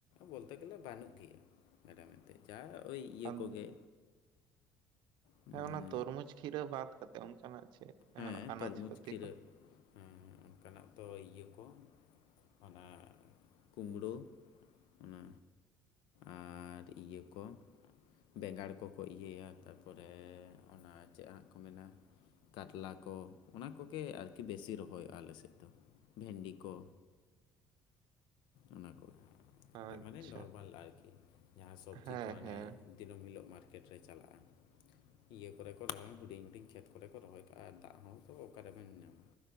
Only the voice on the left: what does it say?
ᱵᱚᱞᱛᱮ ᱜᱮᱞᱮ ᱵᱟᱱᱩᱜ ᱜᱮᱭᱟ᱾ ᱢᱮᱲᱟ ᱢᱮᱱᱛᱮ ᱪᱟ ᱳᱭ ᱤᱭᱟᱹ
ᱠᱚᱜᱮ, ᱩᱻ
ᱦᱮᱸ
ᱛᱚᱨᱢᱩᱡᱽ
ᱠᱷᱤᱨᱟᱹᱜ
ᱦᱮᱸ ᱚᱱᱠᱟᱱᱟᱜ ᱫᱚ ᱤᱭᱟᱹ ᱠᱚ ᱚᱱᱟ ᱠᱩᱢᱲᱳ ᱚᱱᱟ ᱟᱨ ᱤᱭᱟᱹ ᱠᱚ ᱵᱮᱸᱜᱟᱲ ᱠᱚᱠᱚ ᱤᱭᱟᱹ ᱭᱟ ᱛᱟᱨᱯᱚᱨᱮ ᱚᱱᱟ ᱪᱮᱜ ᱦᱟᱸᱜ ᱠᱚ ᱢᱮᱱᱟ ᱠᱟᱨᱞᱟ ᱠᱚ ᱚᱱᱟ ᱠᱚᱜᱮ ᱟᱨᱠᱤ ᱵᱮᱥᱤ ᱨᱚᱦᱚᱭᱚᱜ-ᱟ ᱟᱞᱮ ᱥᱮᱜ ᱫᱚ ᱵᱷᱮᱱᱰᱤ ᱠᱚ᱾ ᱚᱱᱟ ᱠᱚ
ᱢᱟᱱᱮ ᱱᱚᱨᱢᱟᱞ ᱟᱨᱠᱤ ᱡᱟᱦᱟᱸ ᱥᱚᱵᱽᱡᱤ
ᱠᱚ ᱦᱟᱱᱮ
ᱫᱤᱱᱟᱹᱢ ᱦᱤᱞᱳᱜ ᱢᱟᱨᱠᱮᱴ ᱨᱮ ᱪᱟᱞᱟᱜ-ᱟ᱾ ᱤᱭᱟᱹ ᱠᱚᱨᱮ ᱠᱚ ᱨᱮ ᱠᱚ ᱨᱚᱦᱚᱭᱟ ᱦᱩᱰᱤᱧ ᱦᱩᱰᱤᱧ ᱠᱷᱮᱛ ᱠᱚᱨᱮ ᱠᱚ ᱨᱚᱦᱚᱭ ᱠᱟᱜ-ᱟ ᱟᱨ ᱫᱟᱜ ᱦᱚᱸ ᱛᱚ ᱚᱠᱟ ᱨᱮᱵᱮᱱ ᱧᱟᱢᱟ᱾